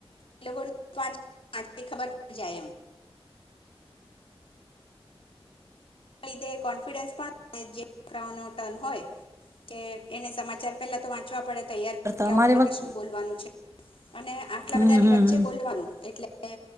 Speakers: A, on the left; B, on the right.
A: એ લોકો પાંચ <unintelligible> એ લીધે કોન્ફિડન્સ પણ જે છોકરાઓ ન ટર્ન હોય કે એને સમાચાર પેલા તો વાંચવા પડે. તૈયાર
B: તો
A: કર આવવું
B: અમારે
A: પડે
B: વખત
A: કે શું બોલવાનું છે. અને આટલા
B: હમ
A: બધા ની
B: હમ
A: વચ્ચે
B: હમ
A: બોલવાનું એટલે કે